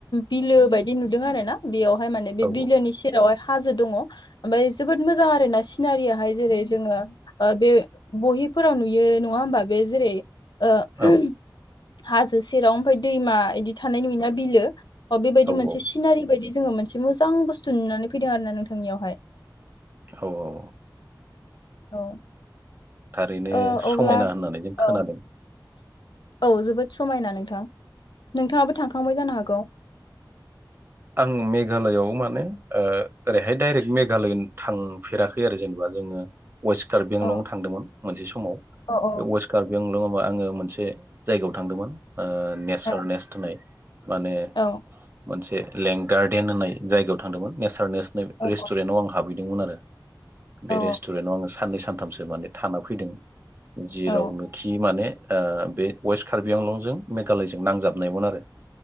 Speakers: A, on the left; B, on the right.
A: बिलो बायदि नुदों आरो ना बेयाव हाय माने बे
B: औ
A: बिलोनि सेरावहाय हाजो दङ'।ओमफाय जोबोद मोजां आरोना सिनारियाहाय जेरै जोङो आ बे बहिफोराव नुयो नङा होमबा बे जेरै <unintelligible>
B: औ
A: हाजो सेराव ओमफाय दैमा इदि थानाय नुयोना बिलो अ बेबायदि
B: औ
A: मोनसे
B: औ
A: सिनारि बायदि जोङो मोनसे मोजां बुस्थु नुनानै फैदों आरो ना नोंथां इयावहाय।
B: औ औ।
A: औ।
B: थारैनो
A: ओ
B: समायना
A: अब्ला
B: होननानै जों
A: औ
B: खोनादों।
A: औ जोबोद समायना नोंथां नोंथाङाबो थांखांबाय जानो हागौ
B: आं मेघालआव माने ओरैहाय डाइरेक्ट मेघालय थांफेराखै आरो जेनेबा जोङो वेस्ट कारबिंआंलंआव
A: औ
B: थांदोंमोन मोनसे समाव
A: औ औ
B: बे वेस्ट कारबिंआंलंआव आङो मोनसे जायगायाव थांदोंमोन नेचारनेस
A: औ
B: होननाय माने
A: औ
B: मोनसे लें गार्डेन होननाय जायगायाव थांदोंमोन नेचार नेस
A: औ
B: रेस्टुरेन्टआव आं हाबैदोंमोन आरो <inaudible> <unintelligible> बे
A: औ
B: रेस्टुरेन्टआव आंङो साननै सानथामसो माने थाना फैदों जेरावनो
A: औ
B: खि माने बे वेस्ट कार्बि आंलंजों गालयजों नांजाबनायमोन आरो